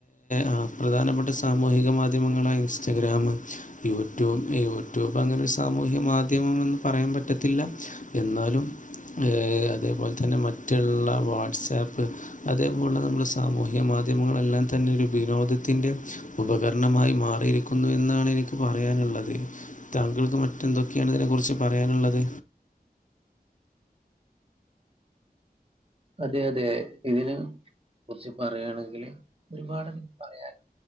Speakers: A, on the left; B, on the right.
A: ആ പ്രധാനപ്പെട്ട സാമൂഹിക മാധ്യ ങ്ങളായ ഇൻസ്റ്റഗ്രാമ്, യൂട്യൂബ് യൂട്യൂബ് അങ്ങനെ ഒര് സാമൂഹ്യ മാധ്യമം എന്ന് പറയാൻ പറ്റത്തില്ല എന്നാലും യെ അതേ പോലെ തന്നെ മറ്റുള്ള വാട്സാപ്പ് അതേ പോലേള്ള നമ്മുടെ സാമൂഹ്യ മാധ് മാധ്യമങ്ങളെല്ലാം തന്നെ ഒര് വിനോദത്തിൻ്റെ ഉപകരണമായി മാറിയിരിക്കുന്നു എന്നാണ് എനിക്ക് പറയാനാ ള്ളത് താങ്കൾക്ക് മറ്റെന്തൊക്കെയാണ് ഇതിനെ കുറിച്ച് പറയാനുള്ളത്
B: അതെ അതെ ഇതിന് കുറിച്ച് പറയാണെങ്കില് ഒരുപാട് പറയാൻ